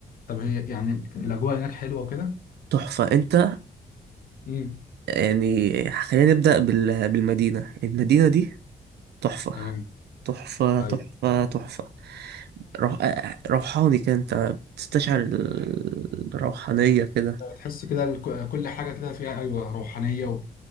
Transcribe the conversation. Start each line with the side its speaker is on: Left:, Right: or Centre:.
Left: طب هي يعني الاجواء هناك حلوه وكده
Right: تحفة انت
Left: امم
Right: يعني خلينا نبدأ بال... بالمدينة المدينة دي تحفة
Left: تمام
Right: تحفة
Left: ايوه
Right: تحفة تحفة روح... روحاني كده انت بتستشعر ال- الروحانية كده
Left: تحس كده الك- كل حاجه كده فيها ايوه روحانيه و-